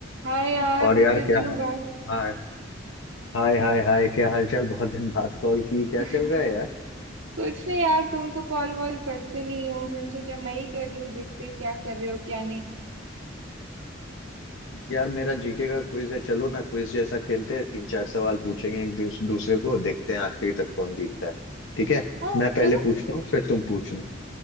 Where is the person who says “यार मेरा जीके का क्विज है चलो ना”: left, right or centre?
Left